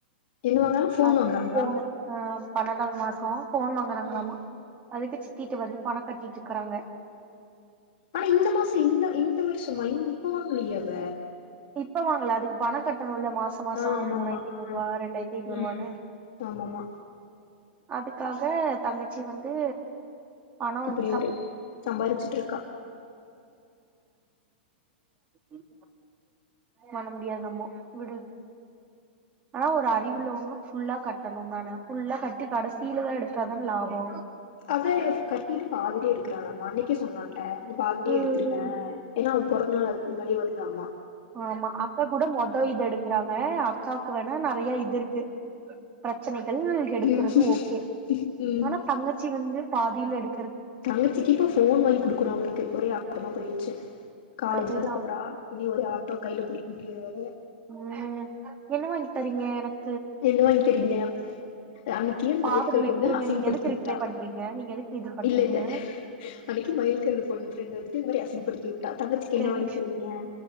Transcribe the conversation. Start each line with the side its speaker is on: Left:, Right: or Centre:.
Left: என்ன வாங்குறாங்க ஃபோன்
Right: அ
Left: வாங்குறாங்களா
Right: ஃபோனு ஆ பன்னெண்டாவ்து மாசொ ஃபோன் வாங்கறாங்களாமா
Left: ம்
Right: அதுக்கு சி த்தீட்டு வந்து பண கட்டிட் இக்குறாங்க
Left: ஆனா இந்த மாச இந்த இந்த வருஷமா இ ப்போ வாங்களையே அவ
Right: இப்ப வாங்கள அதுக்கு பண கட் டனுல்ல மாச மாசொ
Left: ஆ ஆமாமா
Right: மூணாயிரத்தி ஐநூறுவா
Left: ஆ
Right: ரெண்டாயிரத்தி ஐநூறுவானு
Left: ம் ஆமாமா
Right: அதுக்காக தங்கச்சி வந்து பணோ வந்து
Left: இப்பிடி ஒரு சம்பாரிச்சுட்ருக்கா
Right: உம் பண்ண முடியாது நம்மொ விடு ஆனா ஒரு அறிவுள்ளவங்க ஃபுல்லா கட்டணுந்தான ஃபுல்லா கட் டி கடசீலதா எடுத்தாதான் லாபொ
Left: அதா இவ கட்டிட்டு பாதிலே எடுக்குறாளாமா அன்னைக்கே சொன்னா ல்ல இத பாதிலே
Right: ம்
Left: எடுத்துருவே ஏன்னா அவ பொற ந்தநாள் அதுக் முன்னாடியே வருதாம்மா
Right: ஆமா அக்கா கூட மொத இது எடுக்குறாங்க அக்காக்கு வேணா நெறைய இது இருக்கு ப்ரச்சனை கள் எடுக்குறது
Left: ம்
Right: ஓகே‌
Left: ம்
Right: ஆனா தங்கச்சி வந்து பாதில எடு
Left: தங்கச்சிக்கு இப்ப ஃபோன் வாயிங்குடுக்கணு அவளுக்கு ஒரே ஆட்டமா போய்ருச்சு காலேஜு
Right: அதுதா
Left: வர போறா இனி ஒரே ஆட்டோ கைல புடிக் முடியா <unintelligible>
Right: உம் என்ன வாங்கி தரீங்க எனக்
Left: என்ன வாங்கி தெரியங்க அப்டின்னு அன்னைக்கு
Right: பாத்துட்டு
Left: மயில்கல்
Right: விட்ருங்க
Left: பொண்ணு அசி
Right: நீங்க
Left: படுத்தி
Right: எதுக்கு
Left: விட்டான்
Right: ரிப்ளை பண்றீங்க நீங்க எதுக்கு இது பண்றீங்க
Left: இல்ல இல்ல அன்னைக்கு மயில் கல்ல பொண்ணு வந்துட்டு மாரி இப்டி த தங்கச்சிக்கு
Right: தெரி
Left: என்ன வாங்கி தெவங்க